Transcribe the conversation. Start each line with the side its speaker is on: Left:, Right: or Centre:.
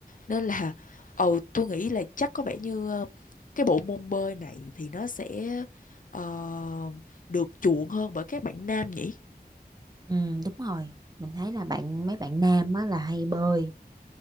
Left: nên là ừ tôi nghĩ là chắc có vẻ như ờ, cái bộ môn bơi này thì nó sẽ ờ, được chuộng hơn bởi các bạn nam nhỉ
Right: ừ, đúng rồi mình thấy là bạn mấy bạn nam á là hay bơi